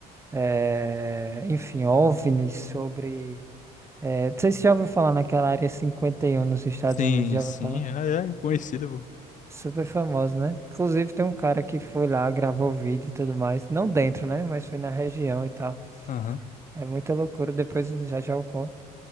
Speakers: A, on the right; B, on the left.
A: é, enfim, OVNIs, sobre. é, não sei se você já ouviu falar naquela área 51 nos Estados
B: Sim,
A: Unidos, já
B: sim,
A: ouviu falar?
B: é, é conhecida, pô.
A: Super famoso, né? Inclusive tem um cara que foi lá, gravou vídeo e tudo mais. Não dentro, né? Mas foi na região e tal.
B: Aham.
A: É muita loucura, depois eu já já eu conto.